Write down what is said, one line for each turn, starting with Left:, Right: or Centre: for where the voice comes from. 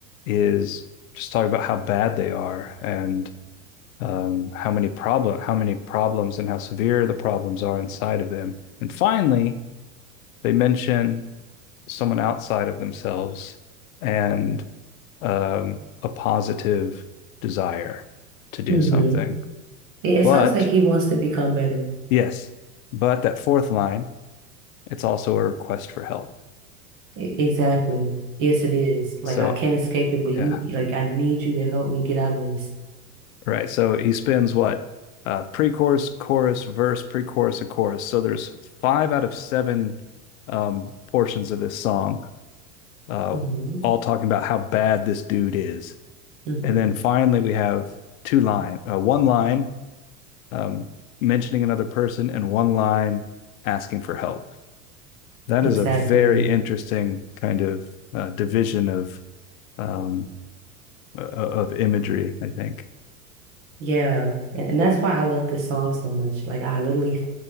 Left: is just talking about how bad they are and um, how many problem, how many problems and how severe the problems are inside of them. And finally, they mention someone outside of themselves and um, a positive desire to do
Right: hmm
Left: something.
Right: It, it
Left: But
Right: sounds like he wants to become better.
Left: yes, but that fourth line, it's also a request for help.
Right: E- exactly. Yes, it is. Like
Left: So,
Right: I can't escape it, but you,
Left: yeah,
Right: like I need you to help me get out of this.
Left: right. So he spins what? Uh, pre-chorus, chorus, verse, pre-chorus, and chorus. So there's five out of seven um, portions of this song, uh,
Right: hmm
Left: all talking about how bad this dude is.
Right: hmm
Left: And then finally, we have two line, uh, one line um, mentioning another person, and one line asking for help. That
Right: Exactly.
Left: is a very interesting kind of uh, division of um, uh, of imagery, I think.
Right: Yeah. And, and that's why I love this song so much. Like I literally